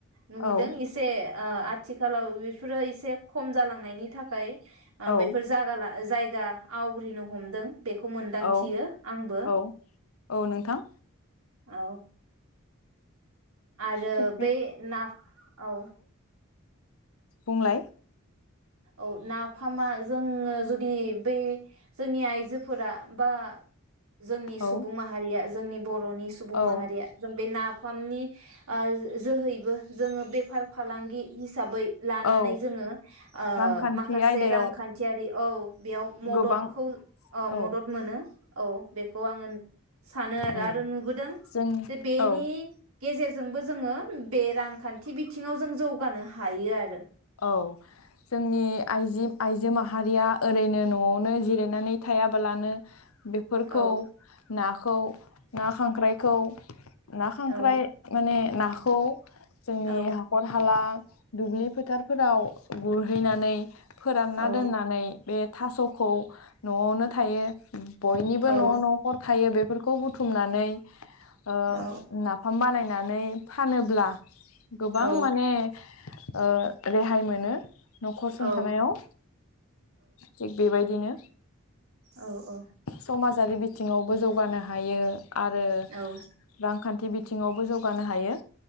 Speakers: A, on the right; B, on the left.
A: नुहुरदों
B: औ
A: एसे ओ आथ थिखालाव बेफोरो एसे खम जालांनायनि थाखाय ओ
B: औ
A: बेफोर जागाला जायगा आवग्रिनो हमदों बेखौ मोनदांथियो
B: औ
A: आंबो
B: औ औ नोंथां
A: औ आरो
B: थिग
A: बे ना औ
B: बुंंलाय
A: औ नाफामा जोङो जुदि बै जोंनि आइजोफोरा बा जोंनि सुबुं
B: औ
A: माहारिया जोंनि बरनि सुबुं
B: औ
A: माहारिया जों बे नाफामनि ओ जोहैबो जोङो बेफार फालांगि हिसाबै लानानै
B: औ
A: जोङो ओ
B: रांखान्थि
A: माखासे
B: आयदायाव
A: रांखान्थियारि औ बेयाव मददखौ
B: गोबां
A: ओ
B: औ
A: मदद मोनो औ बेखौ आङो सानो आरो
B: उम
A: आरो नुबोदों
B: जों
A: जे बेनि
B: औ
A: गेजेरजोंबो जोङो बे रांखान्थि बिथिङाव जों जौगानो हायो आरो
B: औ जोंनि आइजि आइजो माहारिया ओरैनो नआवनो जिरायनानै थायाबालानो बेफोरखौ
A: औ
B: ना खौ ना खांख्राइखौ ना खांख्राइ
A: औ
B: माने नाखौ जोंनि
A: औ
B: हाखर हाला दुब्लि फोथार फोराव गुरहैनानै फोरानना
A: औ
B: दोननानै बे थास'खौ न'आवनो थायो बयनिबो
A: औ
B: न' नखर थायो बे बेफोरखौ बुथुमनानै ओ
A: औ
B: नाफाम बानाय नानै फानोब्ला गोबां
A: औ
B: माने ओ रेहाय मोनो। नखर
A: औ
B: सुंथानायाव थिग बेबायदिनो
A: औ औ
B: समाज जारि बिथिङावबो जौगानो हायो। आरो
A: औ
B: रांखान्थि बिथिं थिंआवबो जौगानो हायो